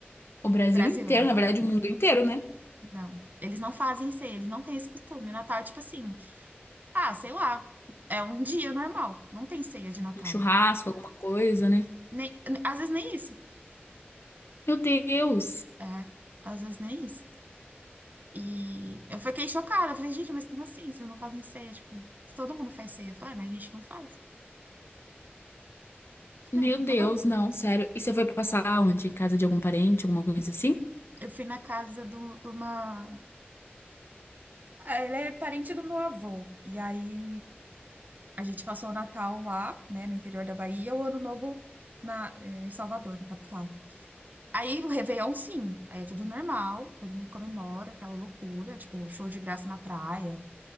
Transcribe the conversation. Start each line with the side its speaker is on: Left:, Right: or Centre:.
Left: o Brasil
Right: Brasil,
Left: inteiro, na verdade o mundo inteiro, né?
Right: Não, eles não fazem ceia, eles não têm esse costume. O Natal é tipo assim, ah, sei lá, é um dia normal, não tem ceia de Natal.
Left: Um churrasco, alguma coisa, né?
Right: Nem, às vezes nem isso,
Left: Meu Deus.
Right: é, às vezes nem isso. E eu fiquei chocada, eu falei, gente, mas como assim, vocês não fazem ceia? Tipo, se todo mundo faz ceia. Eu falei, ah, mas a gente não faz. Eu falei,
Left: Meu
Right: ah, então tá
Left: Deus,
Right: bom.
Left: não, sério. E você foi passar
Right: tá."
Left: onde? Em casa de algum parente, alguma coisa assim?
Right: Eu fui na casa do- de uma. Ah, Ele é parente do meu avô. E aí a gente passou o Natal lá, né, no interior da Bahia, o Ano Novo na, eh, em Salvador, na capital. Aí o Réveillon, sim. Aí é tudo normal, todo mundo comemora, aquela loucura, tipo, show de graça na praia,